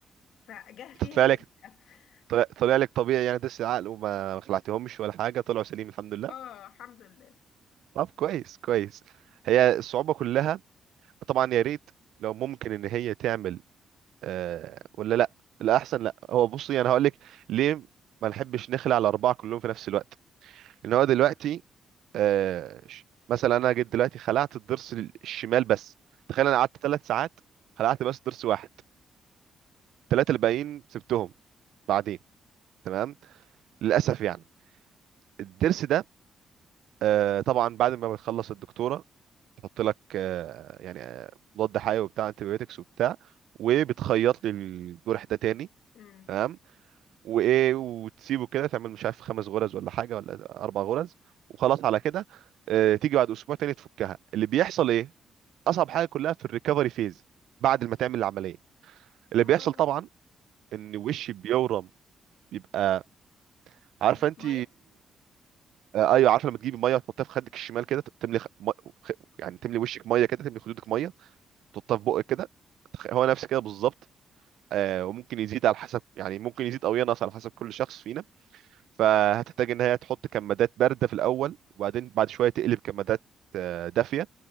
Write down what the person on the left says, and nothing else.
فجه
فيها
هي
للأسف
<laughs>
اه الحمد لله
امم
اه
طماطمايه